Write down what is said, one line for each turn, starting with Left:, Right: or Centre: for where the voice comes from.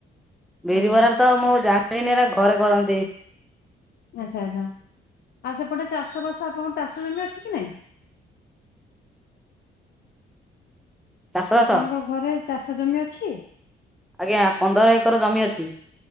Centre: ବିରିିବରାରେ
Left: ଆଜ୍ଞା
Centre: ତ ମୁଁ ଯାଣିିନି ଏରା ଘରେ କରନ୍ତି।
Left: ଆଚ୍ଛା ଆଚ୍ଛା ଆଉ ସେପଟେ ଚାଷବାସ ଆପଣଙ୍କର ଚାଷ ଜମି ଅଛି କି ନାଇ?
Centre: ଚାଷ ବାସ
Left: ଆପଣଙ୍କ ଘରେ ଚାଷ ଜମି ଅଛି?
Centre: ଆଜ୍ଞା ପନ୍ଦର ଏକର ଜମି ଅଛି।